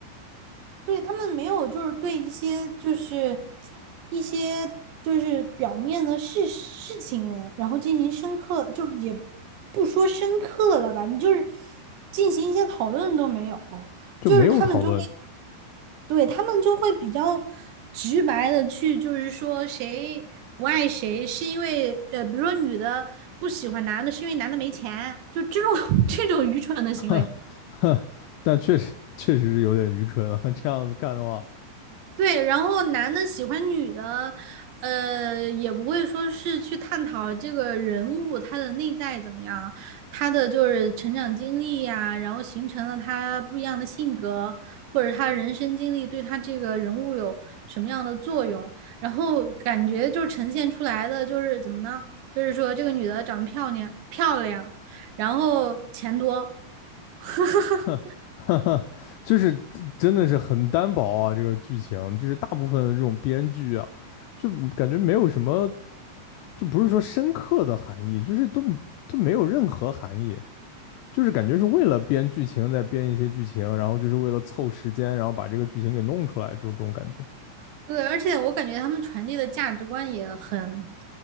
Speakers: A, on the right; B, on the left.
A: 对，他们没有，就是对一些就是一些就是表面的事事情，然后进行深刻，就也不说深刻了吧，你就是进行一些讨论都没有，
B: 就没有讨论，
A: 就是他们就会对他们就会比较直白的去，就是说谁不爱谁是因为呃，比如说女的不喜欢男的是因为男的没钱，就这种 <laughs> 这种愚蠢的行为。
B: <laughs> 哈哈，但确实确实是有点愚蠢啊，这样子看的话，
A: 对，然后男的喜欢女的，呃，也不会说是去探讨这个人物他的内在怎么样，他的就是成长经历呀，然后形成了他不一样的性格，或者他人生经历对他这个人物有什么样的作用，感觉就呈现出来的就是怎么呢？就是说这个女的长得漂亮漂亮，然后钱多，<laughs> 哈哈哈。
B: <laughs> 哈哈哈，就是真真的是很单薄啊，这个剧情就是大部分的这种编剧啊，就感觉没有什么，就不是说深刻的含义，就是都都没有任何含义。就是感觉是为了编剧情再编一些剧情，然后就是为了凑时间，然后把这个剧情给弄出来，这种这种感觉。
A: 对，而且我感觉他们传递的价值观也很，